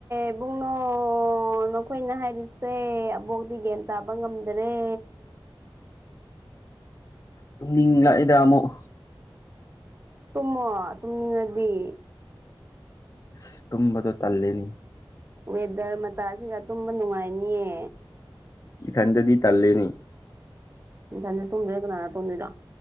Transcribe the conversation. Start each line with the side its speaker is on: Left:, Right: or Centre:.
Right: ꯏꯕꯨꯡꯅꯣ ꯅꯈꯣꯏꯅ ꯍꯥꯏꯔꯤꯁꯦ ꯑꯕꯣꯛꯗꯤ ꯒꯦꯟ ꯇꯥꯕ ꯉꯝꯗꯔꯦ
Left: ꯇꯨꯝꯅꯤꯡ ꯂꯥꯛꯏꯗ ꯑꯃꯨꯛ
Right: ꯇꯨꯝꯃꯣ ꯇꯨꯝꯅꯤꯡꯉꯗꯤ
Left: ꯑꯁ ꯇꯨꯝꯕꯗꯣ ꯇꯜꯂꯤꯅꯤ
Right: ꯋꯦꯗꫪ ꯃꯇꯥꯁꯤꯒ ꯇꯨꯝꯕ ꯅꯨꯡꯉꯥꯏꯅꯤꯌꯦ
Left: ꯏꯊꯟꯗꯗꯤ ꯇꯜꯂꯦꯅꯤ
Right: ꯅꯊꯟ ꯇꯨꯝꯗ꯭ꯔꯗꯤ ꯀꯅꯥꯒ ꯇꯨꯝꯗꫭꯏꯅꫭ